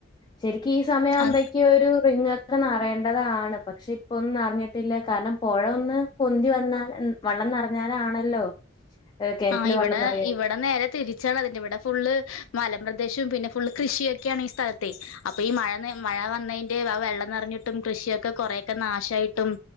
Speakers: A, on the left; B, on the left.
A: ശരിക്ക് ഈ സമയാവ്മ്പേയ്ക്കൊരു
B: അത്
A: ക്കനറയണ്ടതാണ് പക്ഷെ ഇപ്പൊന്നും അറിഞ്ഞിട്ടില്ല കാലം പൊഴ ഒന്ന് പൊന്തി വന്നാ വെള്ളം നിറഞ്ഞാലാണല്ലോ ഏഹ് കിണറ്റില്
B: ആ ഇവിടെ
A: വെള്ളം നിറയ.
B: ഇവടെ നേരെ തിരിച്ചാണ് അതിന്റെ ഇവടെ ഫുള്ള് മലപ്രദേശവും പിന്നെ ഫുൾ കൃഷിയൊക്കെയാണ് ഈ സ്ഥലത്തെ അപ്പൊ ഈ മഴ മഴ വന്നതിന്റെ വെള്ളം നിറഞ്ഞിട്ടും കൃഷിയൊക്കെ കുറ ക്കെ നാശമായിട്ടും